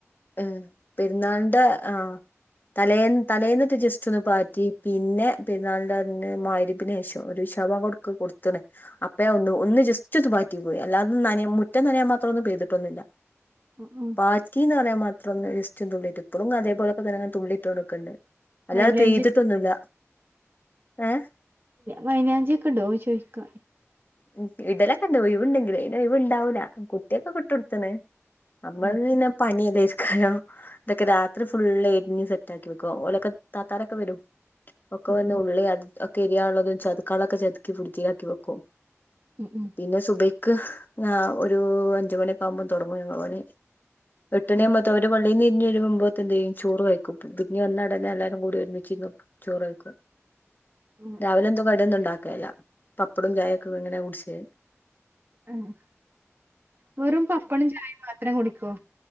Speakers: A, on the left (about 40°); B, on the right (about 45°).
A: ഏഹ് പെരുന്നാളിന്റെ ആഹ് തലേ തലേന്നിട്ട് ജസ്റ്റ് ഒന്ന് പാറ്റി പിന്നെ പിന്ന പെരുനാളിന്റെ അന്ന് മഗ്രി രിബിന് ശേഷം. ഒരു ഇശാ ബാങ്ക് കൊടുക്ക കൊടു. ത്ത്ണ് അപ്പ ഞാൻ ഒന്ന് ഒന്ന് ജസ്റ്റ് ഒന്ന് പാറ്റി പോയി അല്ലാതെ നനയാൻ മുറ്റം നനയാൻ മാത്രം ഒന്നും പെയ്തിട്ടൊന്നുല്ല.
B: ഉംഉം -
A: പാറ്റിന്ന് പറയാൻ മാത്ര ഒന്ന് ജസ്റ്റ് തുള്ളിട്ട് ഇപ്പഴും അതേ പോലൊക്കെ തന്നെ തുള്ളി ട്ടോണ്ട്‌ നിക്ക്ണ്ട്. അല്ലാതെ
B: മൈലാഞ്ചി
A: പെയ്തിട്ടൊന്നുല്ല ഏഹ്
B: മൈലാഞ്ചിയൊക്കെ ഇടോ ചോദിക്കാ?
A: ഉം ഇ ടലൊക്കെ ഇണ്ട് ഒഴിവുണ്ടെങ്കില് അതിന് ഒഴിവണ്ടാവൂല്ല കുട്ടിയാ കൊക്കെ ഇട്ട് കൊടുത്ത്ണ്. നമ്മളത്
B: ഉം
A: പിന്നെ പണി ഇല്ലാ ഇരിക്കാനോ ഇതൊക്കെ രാത്രി ഫുള്ള് എരിഞ്ഞ് തീ ഇതാക്കി വെക്കും ഓലൊക്കെ താത്താലൊക്കെ വരും ഒക്കെ
B: ഉം
A: വന്ന്
B: ഉം
A: ഉള്ളി അത്. ഒക്കെഎരിയാള്ളതും ചത്ക്കാളൊക്കെ ചതക്കി ഫ്രിഡ്ജിലാക്കിവെക്കും
B: ഉം ഉം
A: പിന്നെ സുബൈയ്ക്ക് ഒരു അഞ്ച്മണിയൊക്കെ ആകുമ്പോ തുടങ്ങും ഞങ്ങള് പണി എട്ടുമണി
B: ഉം
A: ആവുമ്പോത്ത് അവര് പ ള്ളിന്നിരിഞ്ഞ് വെരുമ്പോത്തിന്തേയ്യും ചോറ് വെയ്ക്കും തിരിഞ്ഞ് വന്നയുടനെ എല്ലാരും കൂടി ഒരുമിച്ചിരുന്ന് ചോറ് കഴിക്കും
B: ഉം ഉം
A: രാവിലെ എന്തോ കടിയൊന്നുണ്ടാക്കേല്ല പപ്പടും ചായൊക്കെ അങ്ങനെ കുടിച്ച്
B: ആഹ് വെറും പപ്പടും ചായേം മാത്രം കുടിക്കോ